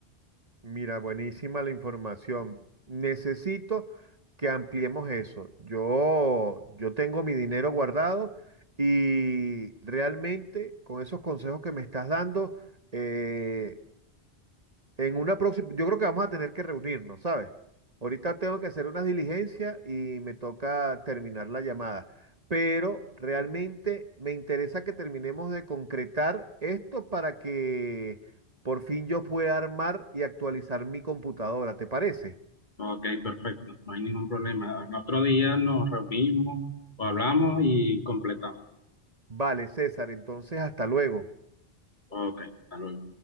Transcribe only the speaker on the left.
Ok, perfecto, no hay ningún problema. En otro día nos reunimos o hablamos y completamos.
Ok, hasta luego.